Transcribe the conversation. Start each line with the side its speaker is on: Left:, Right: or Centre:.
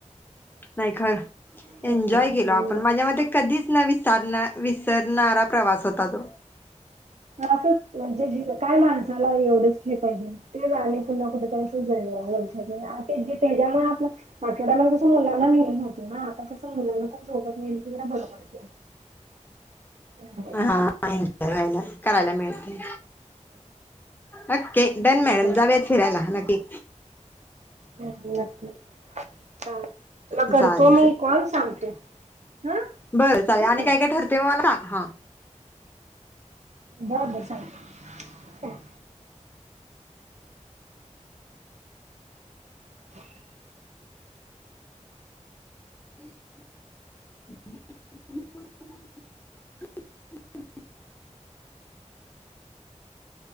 Left: नाही खर एन्जॉय
Right: हम्म.
Left: केल आपण, माझ्या मते कधीच ना विसर विसरणारा प्रवास होता तो
Right: असंच म्हणजे <unintelligible> हा
Left: हायला <inaudible> करायला मिळते. ओके डन मॅडम,
Right: ते पण
Left: जाऊयात फिरायला नक्की.
Right: हा नक्की. चाल, तुला
Left: चालेल
Right: करतो मी कॉल सांगतो हा,
Left: बरं चालेल
Right: ठेऊ
Left: आणि
Right: काय?
Left: ठरते मग मला सांग हा
Right: बर बर हा त
Left: अटठड